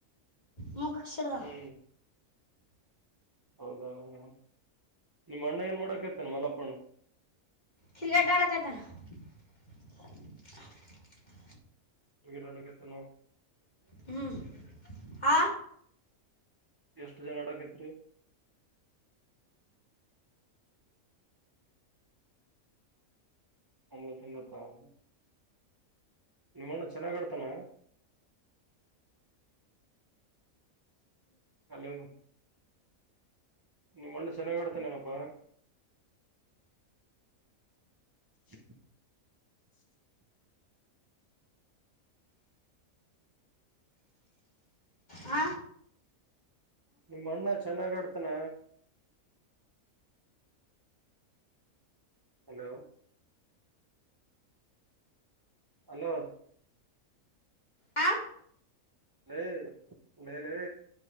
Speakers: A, on the left; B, on the right.
A: ಮು ಸಿಡಧಾವ್
B: ಹ್ಮ್ ಹೌದಾ ಹ ನಿಮ್ಮಣ್ಣ ಏನ್ ಮಾಡ್ ಕಿರ್ತ ಮಲಪ್ಪಣ್ಣ
A: ಕ್ರಿಕೆಟ್ ಆಡಕೈತಾನ <inaudible>
B: ಟಿವಿ ನೋಡಕತ್ತಿನವ.
A: ಹ್ಮ್ ಆ
B: ಎಷ್ಟು ಜನ್ ಆಡಕತ್ತೀರಿ. <unintelligible> ನಿಮ್ಮಣ್ಣ ಚೆನ್ನಾಗಾಡ್ತಾನ? ಹಲೋ ನಿಮ್ಮಣ್ಣ ಚೆನ್ನಾಗಾಡ್ತಾನೇನಪ್ಪಾ? <inaudible>
A: ಹ
B: ನಿಮ್ಮಣ್ಣ ಚೆನ್ನಾಗಾಡ್ತನ? ಹಲೋ ಹಲೋ
A: ಹಾಂ
B: ಲೇ ಲೆ ಲೇ.